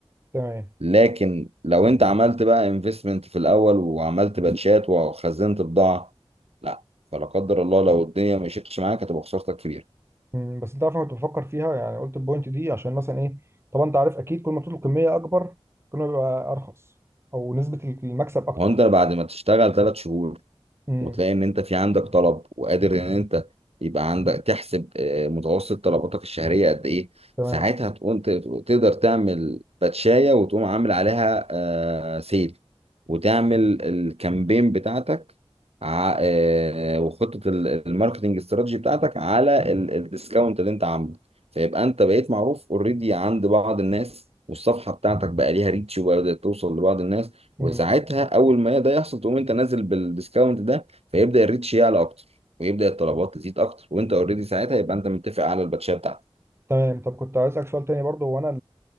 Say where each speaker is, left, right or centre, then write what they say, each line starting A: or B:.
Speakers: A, on the right; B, on the right.
A: تمام
B: لكن لو انت عملت بقى انفستمنت في الاول وعملت باتشات وخزنت بضاعه لا فلا قدر الله لو الدنيا مشيتش معاك هتبقى خسارتك كبيره
A: مم. بس انت عارف انا كنت بفكر فيها يعني قلت البوينت دي عشان مثلا ايه طبعا انت عارف اكيد كل ما بتطلب كميه اكبر كل ما بيبقى ارخص او نسبه المكسب اكتر
B: وانت بعد ما تشتغل ثلاث شهور
A: مم.
B: وتلاقي ان انت في عندك طلب وقادر ان انت يبقى عندك تحسب آه، متوسط طلباتك الشهرية قد ايه
A: تمام
B: ساعتها تقوم ت- تقدر تعمل باتشاية وتقوم عامل عليها آه، سيل وتعمل الكامبين بتاعتك ع- آه، وخطة ال- الماركتنج استراتيجي بتاعتك على ال- الديسكاونت اللي انت عامله فيبقى انت بقيت معروف اوريدي عند بعض الناس والصفحة بتاعتك بقى ليها ريتش وبدأت توصل لبعض الناس
A: مم.
B: وساعتها اول ما ده يحصل تقوم انت نازل بالديسكاونت ده فيبدا الريتش يعلى اكتر ويبدا الطلبات تزيد اكتر وانت اوريدي ساعتها يبقى انت متفق على الباتشيه بتاعتك
A: تمام طب كنت عايز اسالك سؤال تاني برضو هو انا